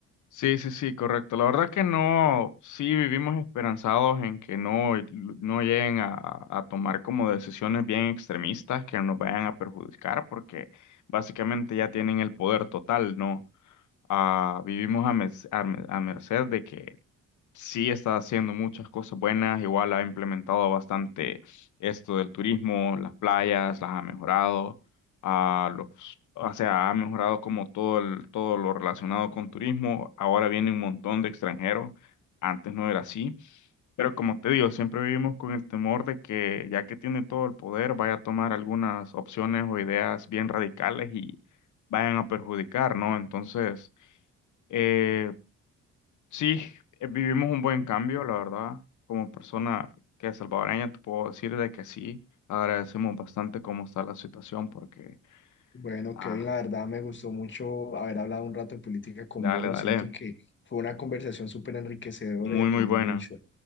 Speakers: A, on the left; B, on the left.
A: Sí, sí, sí, correcto. La verdad que no, sí vivimos esperanzados en que no, no lleguen a, a tomar como decisiones bien extremistas que nos vayan a perjudicar, porque básicamente ya tienen el poder total, ¿no? Ah, vivimos a, mes- a, me- a merced de que sí está haciendo muchas cosas buenas, igual ha implementado bastante esto del turismo, las playas, las ha mejorado, a los, o sea, ha mejorado como todo el- todo lo relacionado con turismo. Ahora viene un montón de extranjeros, antes no era así, pero como te digo, siempre vivimos con el temor de que ya que tiene todo el poder, vaya a tomar algunas opciones o ideas bien radicales y vayan a perjudicar, ¿no? Entonces, eh, Sí, eh, vivimos un buen cambio, la verdad. Como persona que es salvadoreña, te puedo decir de que sí, agradecemos bastante cómo está la situación porque,
B: Bueno,
A: ah,
B: Kevin, la verdad me gustó mucho haber hablado un rato de política con
A: dale,
B: vos.
A: dale,
B: Siento que fue una conversación súper enriquecedora
A: muy,
B: y aprendí
A: muy buena.
B: mucho.